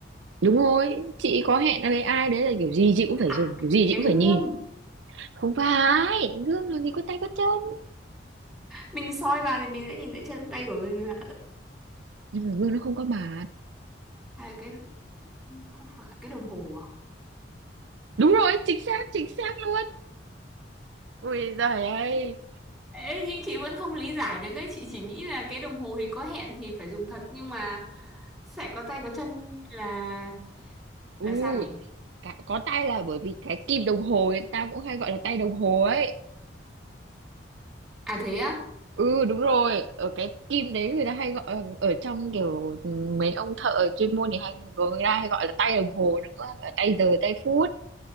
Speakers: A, on the right; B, in the centre.
A: đúng rồi chị có hẹn với ai đấy là kiểu gì chị cũng phải
B: à
A: dùng kiểu gì chị
B: cái
A: cũng
B: hương
A: phải nhìn không phải gương làm gì có tay có chân
B: mình soi vào thì mình sẽ nhìn thấy chân tay của mình
A: nhưng mà gương nó không có mặt
B: à, cái không phải cái đồng hồ à
A: đúng rồi chính xác chính xác luôn ui giời ơi
B: Ê, nhưng chị vẫn không lý giải được ấy chị chỉ nghĩ là cái đồng hồ thì có hẹn thì phải dùng thật nhưng mà sẽ có tay có chân là
A: u
B: là sao nhỉ
A: cả- có tay là bởi vì cái kim đồng hồ người ta cũng hay gọi là tay đồng hồ ấy
B: à thế á
A: Ừ đúng rồi, ở cái kim đấy người ta hay gọi ờ, ở trong kiểu mấy ông thợ chuyên môn thì hay người ta hay gọi là tay đồng hồ nữa, là tay giờ tay phút.